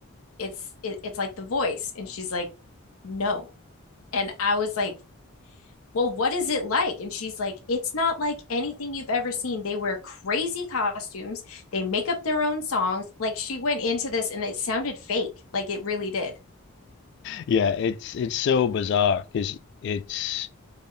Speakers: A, on the left (about 80°); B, on the left (about 50°).
A: it's it, it's like The Voice. And she's like, no. And I was like, well, what is it like? And she's like, it's not like anything you've ever seen. They wear crazy costumes, they make up their own songs. Like she went into this and it sounded fake. Like it really did.
B: Yeah, it's it's so bizarre because it's